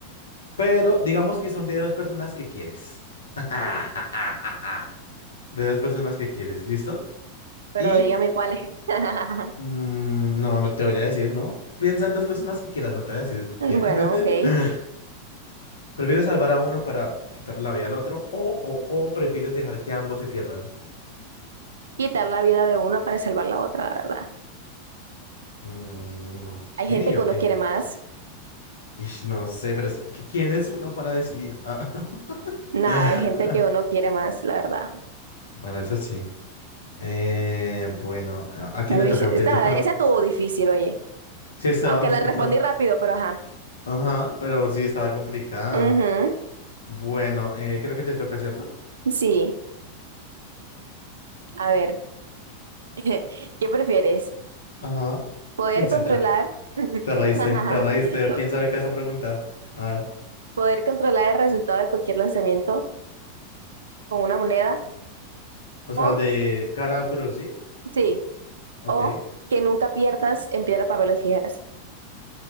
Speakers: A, on the left; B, on the right.
A: Pero digamos que son de dos personas que quieres. <laughs> De dos personas que quieres, ¿listo?
B: Pero
A: Y
B: dígame cuáles. <laughs>
A: mm, no, no te voy a decir, ¿no? Piensa en dos personas que quieras, no te voy a decir quién
B: Bueno,
A: es. <laughs>
B: ok.
A: ¿Prefieres salvar a uno para quitarle la vida al otro o, o, o prefieres dejar que ambos se pierdan?
B: Quitar la vida de una para salvar la otra, la verdad.
A: Mm, ok,
B: Hay gente que
A: ok.
B: uno quiere más.
A: Ish, no sé, pero es que, que ¿quién es uno para decidir? Ah,
B: Nada,
A: <laughs>
B: hay gente
A: ah,
B: que uno quiere más, la verdad.
A: Bueno, eso sí. Eh, bueno, ¿a a quién
B: Uy,
A: le toca?
B: shit, esta-
A: ¿Te toca?
B: esa estuvo difícil, oye.
A: Sí, estaba
B: Aunque
A: un
B: la
A: poquito.
B: respondí rápido, pero ajá.
A: Ajá, pero sí estaba complicada.
B: Ujú,
A: Bueno, eh, creo que te toca, ¿cierto?
B: Sí, a ver, <laughs> ¿qué prefieres?
A: Ajá. <laughs>
B: ¿Poder
A: Sí, Te,
B: controlar, <laughs>
A: te reíste, te reíste. o ¿Quién sabe qué vas a preguntar? A ver.
B: poder controlar el resultado de cualquier lanzamiento con una moneda?
A: O sea,
B: O,
A: el de cara o cruz, ¿sí?
B: sí,
A: Ok.
B: o que nunca pierdas en piedra, papel o tijeras.